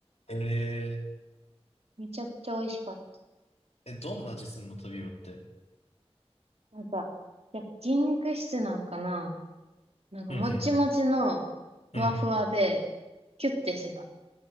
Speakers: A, on the left; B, on the right.
A: え
B: めちゃくちゃ美味しかっ
A: ー、え、どんな味すんのトビウオって。
B: た。なんか、いや、筋肉質なんかななんか、
A: うんうん。
B: もちもちの、
A: うん。
B: ふわふわで、キュッてしてた。